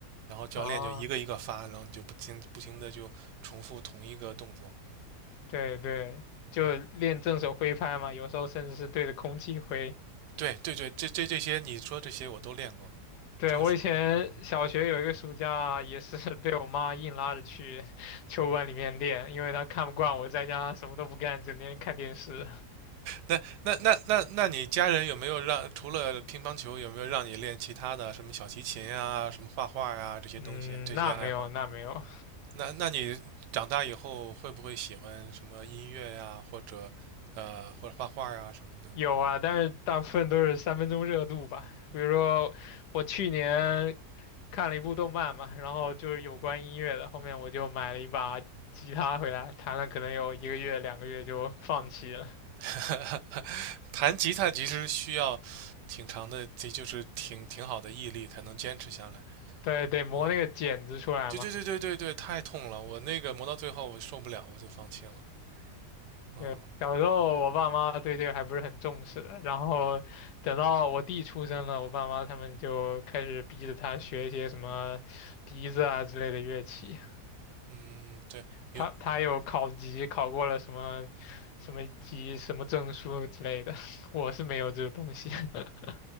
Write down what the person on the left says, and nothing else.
啊，
对对，就练正手挥拍嘛，
有时候甚至是对着空气挥。
对，
我以前小学有一个暑假，
也是 <laughs> 被我妈硬拉着去 <laughs> 球馆里面练，
因为她看不惯我在家什么都不干，
整天看电视。
<laughs>
嗯，那没有，那没有，
有啊，但是大部分都是三分钟热度吧。比如说，我去年看了一部动漫嘛，然后就是有关音乐的，后面我就买了一把吉他回来，弹了可能有一个月、两个月就放弃了。
对，得磨那个茧子出来嘛。
对，小时候我爸妈对这个还不是很重视的然后等到我弟出生了，我爸妈他们就开始逼着他学一些什么笛子啊之类的乐器。
他他有考级，考过了什么什么级、什么证书之类的，<laughs> 我是没有这个东西 <laughs>